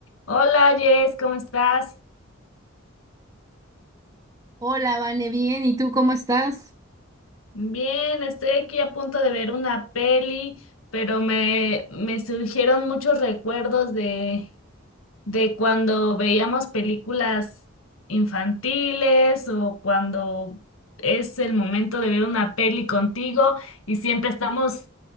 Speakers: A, on the left; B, on the right.
A: Hola Jess, ¿cómo estás?
B: Hola, Vane, bien, ¿y tú cómo estás?
A: Bien, estoy aquí a punto de ver una peli, pero me, me surgieron muchos recuerdos de, de cuando veíamos películas infantiles o cuando es el momento de ver una peli contigo y siempre estamos